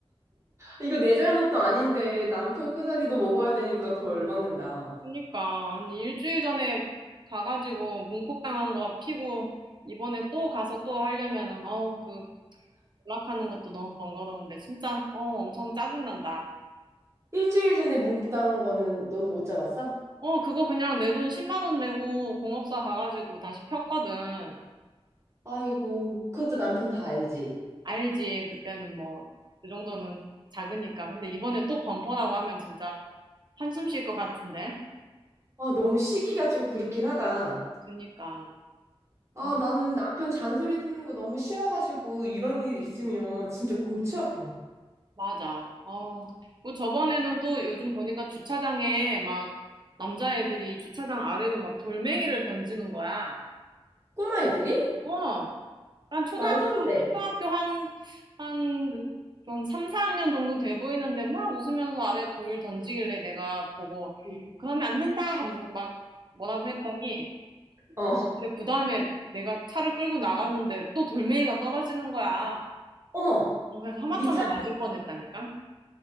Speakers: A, on the right; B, on the right.
A: 이거 내 잘못도 아닌데 남편 꼬사리도 먹어야 되니까 더 열받는다.
B: 그러니까 아니 일주일 전에 가가지고 문콕 당한 거 피고 이번에 또 가서 또 하려면은 어그 연락하는 것도 너무 번거로운데 진짜 어 엄청 짜증난다.
A: 일주일 전에 문국당한 거는 너도 못 잡았어?
B: 어 그거 그냥 내 돈 10만 원 내고 공업사 가가지고 다시 폈거든.
A: 아이고, 그것도 남편 다 알지.
B: 알지 그때는 뭐 그 정도는 작으니까. 근데 이번에 또 범퍼라고 하면 진짜 한숨 쉴 것 같은데.
A: 아, 너무 시기가 좀 그렇긴 하다.
B: 그러니까.
A: 아,
B: 어.
A: 나는 남편 잔소리 듣는 거 너무 싫어가지고 이런 일 있으면 진짜 골치 아파.
B: 맞아. 어. 그 저번에는 또 요즘 보니까 주차장에 막 남자애들이 주차장 아래로 막 돌멩이를 던지는 거야.
A: 꼬마 애들이?
B: 어. 난 초등학교,
A: 말도 안 돼.
B: 초등학교 한, 한,
A: 응,
B: 한 3, 4학년 정도 돼 보이는데 막 웃으면서 아래 돌 던지길래 내가 보고
A: 응.
B: 그러면 안 된다 하면서 막 뭐라고 했더니
A: 어,
B: 근데 그 다음에 내가 차를 끌고 나가는데 또 돌멩이가 떨어지는 거야.
A: 어머,
B: 어, 그래서 하마터면
A: 니 차.
B: 맞을 뻔했다니까.